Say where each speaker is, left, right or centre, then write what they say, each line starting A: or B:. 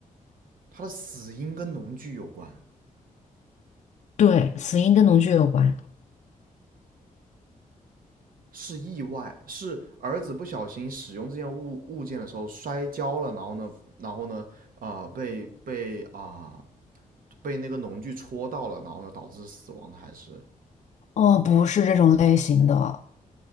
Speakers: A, on the right (about 80°); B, on the left (about 50°).
A: 他的死因跟农具有关，
B: 对，死因跟农具有关，
A: 是意外，是儿子不小心使用这件物物件的时候摔跤了，然后呢，然后呢，啊被被啊、呃被那个农具戳到了，然后呢导致死亡的，还是
B: 哦，不是这种类型的，